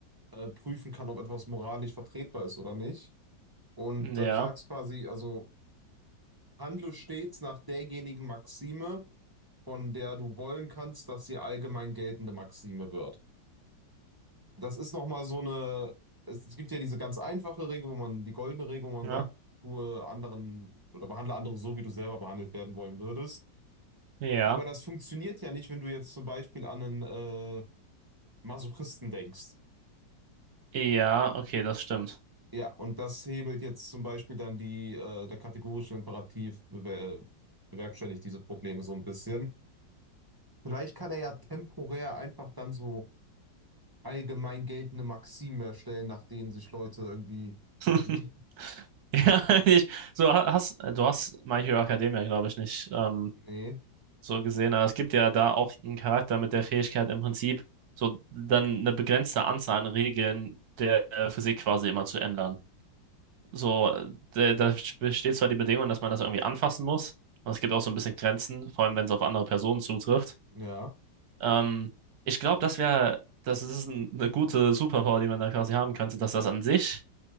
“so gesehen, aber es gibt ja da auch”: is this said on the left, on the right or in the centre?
Right